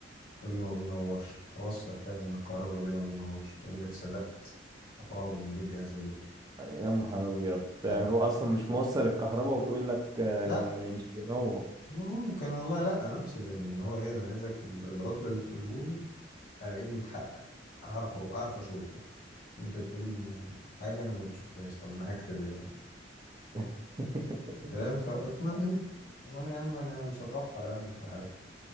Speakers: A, on the left (about 55°); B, on the right (about 20°).
A: اللي ما بينورش اوصل فعلا إن الكهرباء اللي ما بينورش اقول لك صدقت هتقعد من بيت جهاز غيري
B: يا نهار ابيض يعني
A: أه،
B: هو اصلا مش موصل الكهرباء وبيقول لك آه،
A: لا
B: م- مش بينور
A: ممكن والله لا انا اقصد يعني ان هو ايه انا عايزك ال- العطله اللي تقوله لي الاقيه متحقق اعرف اعرف اشوفه انت بتقولي يعني حاجه انا ما بشوفهاش طب انا هكتب إيه يعني
B: <laughs>
A: فاهم فاقنعني وانا يا عم انا مش هتاخر عنك في حاجه